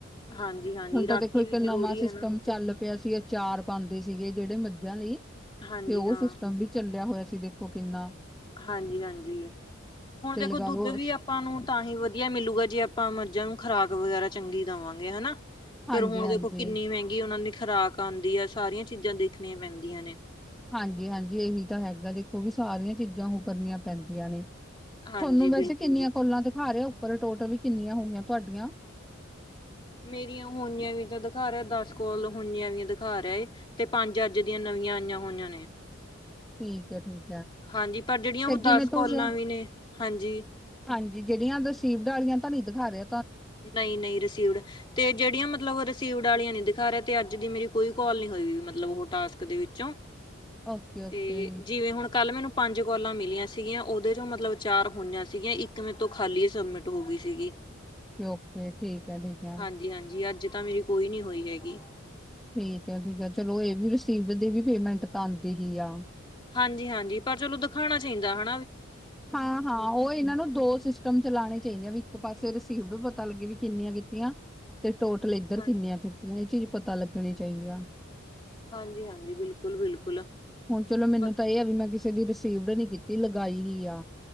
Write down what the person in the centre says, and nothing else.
ਹੁਣ ਤਾਂ
ਦੇਖੋ, ਕਿੰਨਾ
ਵਾ ਸਿਸਟਮ
ਚੱਲ ਪਿਆ ਸੀ। ਚਾਰ ਬੰਦੇ ਸੀਗੇ ਜਿਹੜੇ ਮੱਜਾਂ ਲਈ। ਤੇ,
ਉਹ
ਸਿਸਟਮ ਵੀ, ਚੱਲਿਆ ਹੋਇਆ। ਤੁਸੀਂ ਦੇਖੋ ਕਿੰਨਾ
ਤੇ
ਲਗਾ
ਲਓ
ਹਾਂਜੀ-ਹਾਂਜੀ,
ਹਾਂਜੀ ਹਾਂਜੀ ਇਹੀ ਤਾਂ ਹੈਗਾ ਦੇਖੋ ਵੀ ਸਾਰੀਆਂ ਚੀਜ਼ਾਂ ਉਹ ਕਰਨੀਆਂ ਪੈਂਦੀਆਂ ਨੇ
ਤੁਹਾਨੂੰ
ਵੈਸੇ ਕਿੰਨੀਆਂ
ਕੁੱਲਾਂ ਦਿਖਾ ਰਹੇ ਹੋ ਪਰ ਟੋਟਲ ਵੀ ਕਿੰਨੀਆਂ ਹੋ ਗਈਆਂ ਤੁਹਾਡੀਆਂ
ਠੀਕ ਏ ਠੀਕ
ਫਿਰ
ਜਿਵੇਂ
ਤੁਿਆ
ਹਾਂਜੀ ਜਿਹੜੀਆਂ ਰਸੀਵਡ ਵਾਲੀਆਂ ਤਾਂ ਨਹੀਂ ਖ ਰਿ
ਓਕੇ-ਓਕੇ
ਕੇ ਠੀਕ ਹੈ ਠੀਕ ਹੈ
ਠੀਕ ਹੈ ਠੀਕ ਹੈ ਚਲੋ ਇਹ ਵੀ ਰਸੀਵ ਦੀ ਵੀ ਪੇਮੈਂਟ ਤਾਂ ਆਉਂਦੀ ਹੀ ਆ
ਹਾਂ ਹਾਂ ਉਹ ਇਹਨਾਂ ਨੂੰ ਦੋ ਸਿਸਟਮ ਚਲਾਣੇ ਚਾਹੀਦੇ ਆ ਵੀ ਇੱਕ ਪਾਸੇ ਰਸੀਵ ਪਤਾ ਲੱਗੇ ਵੀ ਕਿੰਨੀਆਂ ਕੀਤੀਆਂ ਤੇ ਟੋਟਲ ਇੱਧਰ
ਕਿੰਨੀਆਂ ਕੀਤੀਆਂ ਇਹ ਚੀਜ਼ ਪਤਾ ਲੱਗ ਣੀ ਚਾਹੀਦੀ ਆ
ਹੁਣ ਚਲੋ ਮੈਨੂੰ
ਤਾਂ ਇਹ ਆ ਵੀ ਮੈਂ ਕਿਸੇ ਦੀ ਰਿਸੀਵਡ ਨਹੀਂੀ ਕੀਤੀ ਲਗਾਈ ਹੀ ਆ